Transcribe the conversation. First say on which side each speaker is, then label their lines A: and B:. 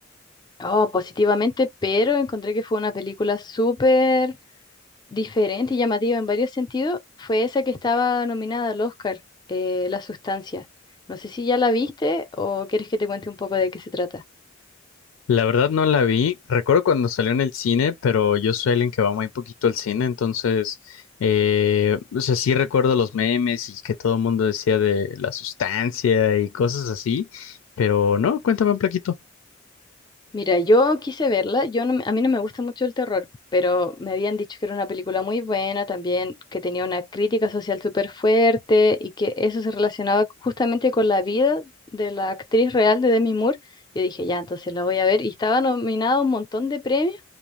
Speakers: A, on the left (about 20°); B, on the left (about 80°).
A: oh, positivamente, pero encontré que fue una película súper diferente y llamativa en varios sentidos. Fue esa que estaba nominada al Oscar, eh, La Sustancia. No sé si ya la viste o quieres que te cuente un poco de qué se trata.
B: La verdad no la vi. Recuerdo cuando salió en el cine, pero yo soy alguien que va muy poquito al cine, entonces, eh, o sea, sí recuerdo los memes y que todo el mundo decía de la sustancia y cosas así, pero no, cuéntame un plaquito.
A: Mira, yo quise verla, yo no, me- a mí no me gusta mucho el terror, pero me habían dicho que era una película muy buena también, que tenía una crítica social súper fuerte y que eso se relacionaba justamente con la vida de la actriz real de Demi Moore. Yo dije, ya, entonces la voy a ver y estaba nominada a un montón de premios.